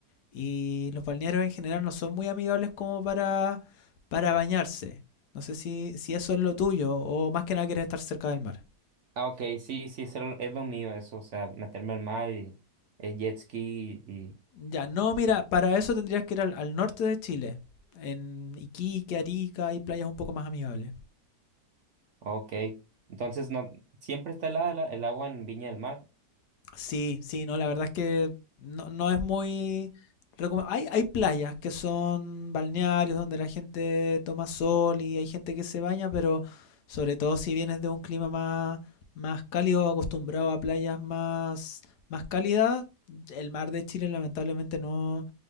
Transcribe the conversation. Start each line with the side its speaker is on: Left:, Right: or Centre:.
Left: Y los balnearios en general no son muy amigables como para, para bañarse. No sé si, si eso es lo tuyo, o más que nada quieres estar cerca del mar.
Right: Ah, ok, sí, sí, es lo, es lo mío eso, o sea, meterme al mar y eh, jet ski y...
Left: Ya, no, mira, para eso tendrías que ir al, al norte de Chile, en Iquique, Arica, hay playas un poco más amigables.
Right: Ok, entonces no, siempre está helada la- el agua en Viña del Mar.
Left: Sí, sí, no, la verdad es que no, no es muy... recome- Hay, hay playas que son balnearios donde la gente toma sol y hay gente que se baña, pero sobre todo si vienes de un clima más, más cálido, acostumbrado a playas más, más cálidas, el mar de Chile lamentablemente no,